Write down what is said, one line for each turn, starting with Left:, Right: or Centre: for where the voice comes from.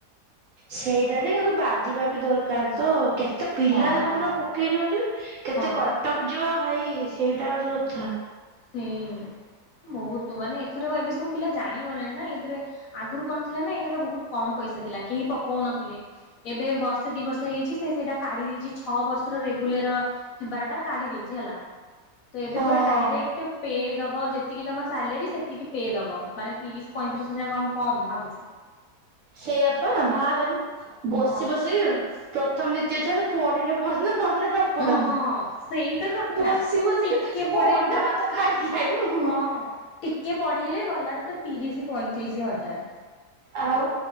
Right: ସେଇଟା ଯେ କିନ୍ତୁ ବାଜିବା ବି ଦରକାର ତ କେତେ କେତେ ପିଲା
Left: ହଁ
Right: ଦେଖୁଛୁ ପକେଇଛନ୍ତି କେତେ
Left: ହଁ ପା
Right: କଟକ ଯିବ ଭାଇ ସେଇଟା ହଉଚି କଥା।
Left: ସେଇ ବହୁତ୍ ମାନେ ଏଥର ଏବେ ସବୁ ପିଲା ଜାଣିଗଲେଣି ନା ଏଥିରେ ଆଗରୁ କଣ ଥିଲା ନା ଏ ବହୁତ୍ କମ ପଇସା ଥିଲା କେହି ପକଉ ନଥିଲେ ଏବେ ବର୍ଷେ ଦି ବର୍ଷ ହେଇଛି ସେ ସେଇଟା କାଢ଼ି ଦେଇଛି ଛଅ ବର୍ଷର <unintelligible> ହେବାର ଟା କାଢି ଦେଇଛି ହେଲା ତ ଏବେ
Right: ହଁ
Left: ପୁରା ଡାଇରେକ୍ଟ ପେ ଦବ ଯେତିକି ତମ ସାଲେରି ସେତିକି ପେ ଦବ ମାନେ ତିରିଶି ପଇଁତିରିଶ ହଜାର କଣ କମ ଭାବୁଛୁ। ୍ <inaudible>
Right: ସେଇଆପ ଭାବେନି ବସି
Left: ହଁ ପା
Right: ବସିକି ପ୍ରଥମ <unintelligible> ନହେଲେ ନ ପଢନ୍ତୁ
Left: ହଁ ହଁ ସେଇ ତ କଥା
Right: ବସି ବସିକି
Left: ଟିକେ
Right: ତୁ ଯିବୁ
Left: ପଢେଇବୁ
Right: ଅଣ୍ଡା ଭାତ ଖାଇକି ଖାଇବୁ ଖାଇ
Left: ହଁ ଟିକେ ପଢେଇଲେ ଗଲା ତତେ ତିରିଶି ପଇଁତିରିଶି ହଜାର।
Right: ଆଉ